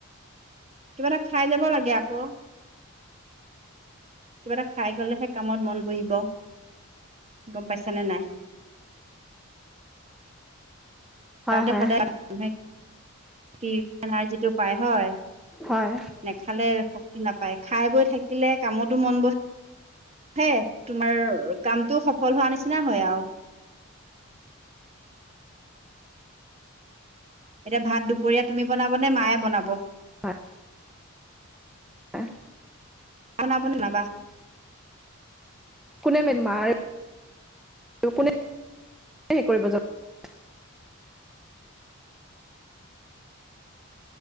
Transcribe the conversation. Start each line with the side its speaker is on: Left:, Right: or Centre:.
Right: কিবা এটা খাই যাব লাগে আকৌ কিবা এটা খাই গলেহে কামত মন বহিব। গম পাইছা নে নাই?
Centre: হয়
Right: যাওঁতে
Centre: হয়
Right: সদায় মানুহে কি যিটো পায় হয়
Centre: হয়
Right: নেখালে শক্তি নাপায় খাই বৈ থাকিলে কামতো মন বহে। হে তোমাৰ কামটো সফল হোৱা নিচিনা হয় আৰু। এতিয়া ভাত দুপৰীয়া তুমি বনাব নে মায়ে বনাব
Centre: হয়। <unintelligible>
Right: বনাব বা নাবা <unintelligible>
Centre: কোনে বেমাৰ কোনে কৰিব য <unintelligible>